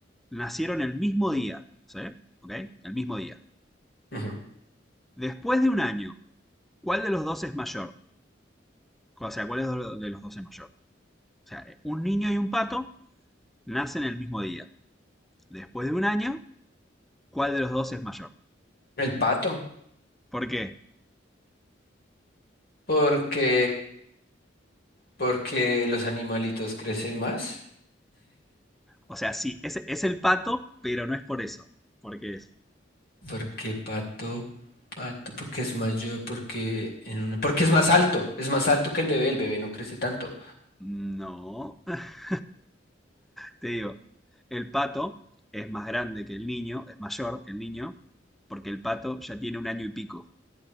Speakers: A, in the centre; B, on the left.
A: nacieron el mismo día, ¿sí? ¿Ok? El mismo día.
B: ujú.
A: Después de un año, ¿cuál de los dos es mayor? O sea, ¿cuál es de los dos es mayor? O sea, un niño y un pato nacen el mismo día. después de un año, cuál de los dos es mayor.
B: El pato.
A: ¿Por qué?
B: Porque, porque los animalitos crecen más.
A: O sea, sí, es, es el pato, pero no es por eso. Porque es.
B: Porque pato, pato, porque es mayor, porque en una- porque es más alto, es más alto que el bebé, el bebé no crece tanto.
A: No. <laughs> Te digo, el pato es más grande que el niño, es mayor que el niño, porque el pato ya tiene un año y pico.